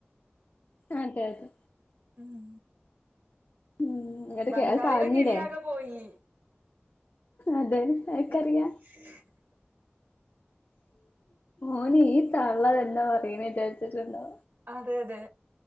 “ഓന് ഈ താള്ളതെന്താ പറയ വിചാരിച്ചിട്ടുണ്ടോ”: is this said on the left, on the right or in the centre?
Left